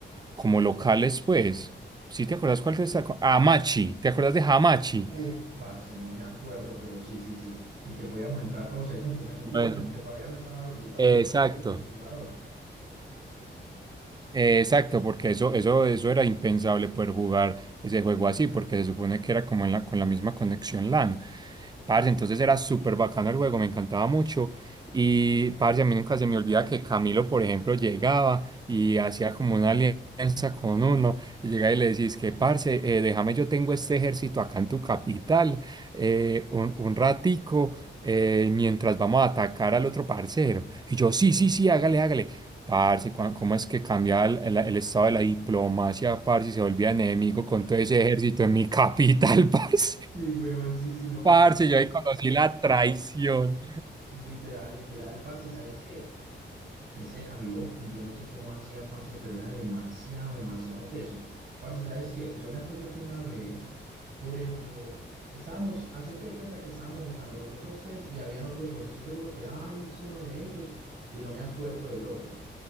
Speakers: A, on the right (about 20°); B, on the right (about 45°).
A: como locales, pues. ¿Sí te acuerdas cuál te sacó? Hamachi, ¿te acuerdas de Hamachi?
B: Uf, parce, no me acuerdo, pero sí, sí, sí. Y que podíamos entrar todos ahí juntos en un tiempo
A: Bueno,
B: en el que todavía no estaba habilitado
A: eh,
B: como
A: exacto.
B: lo fue con multijugador.
A: Eh, exacto, porque eso, eso, eso era impensable poder jugar ese juego así, porque se supone que era como en la, con la misma conexión LAN. Parce, entonces era súper bacano el juego, me encantaba mucho. Y parce, a mí nunca se me olvida que Camilo, por ejemplo, llegaba y hacía como una alianza con uno, y llegaba y le decís que, parce, eh, déjame, yo tengo este ejército acá en tu capital, eh, un, un ratico, eh, mientras vamos a atacar al otro parcero. Y yo, sí, sí, sí, hágale, hágale. Parce, cua- ¿cómo es que cambia el, el- el estado de la diplomacia, parce, y se volvía enemigo con todo ese ejército en mi capital, <laughs> parce?
B: Sí, huevón, sí, sí, no,
A: Parce,
B: me acuerdo.
A: yo ahí conocí la traición.
B: Literal, literal, parce, ¿y sabes qué? Es que Camilo, yo no sé cómo hacía, parce, pero era demasiado, demasiado teso. Parce, ¿sabes qué? Yo me acuerdo que una vez, por error, estábamos, hacete de cuenta que estábamos jugando nosotros tres y habían otros dos. Estoy seguro que era Alex uno de ellos y no me acuerdo del otro.